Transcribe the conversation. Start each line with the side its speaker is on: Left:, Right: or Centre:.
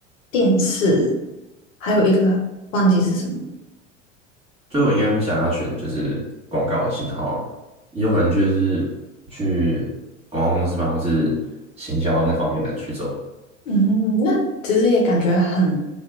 Left: 电视？还有一个忘记是什么。
Right: 所以我应该会想要选就是广告系，然后也有可能就是去广告公司办，或是行销那方面的去走，
Left: 嗯，那其实也感觉很，